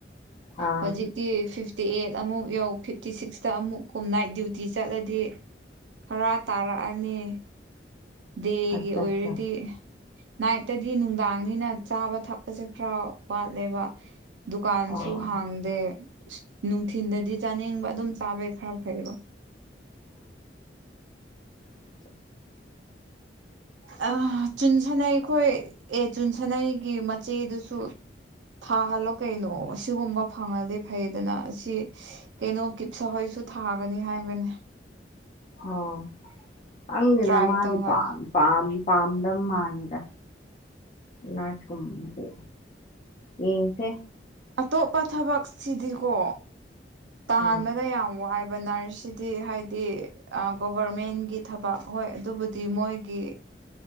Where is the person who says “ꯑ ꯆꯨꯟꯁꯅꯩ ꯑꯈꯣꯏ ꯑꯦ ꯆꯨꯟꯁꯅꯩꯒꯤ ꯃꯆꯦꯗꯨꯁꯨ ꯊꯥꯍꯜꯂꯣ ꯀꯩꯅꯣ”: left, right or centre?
Right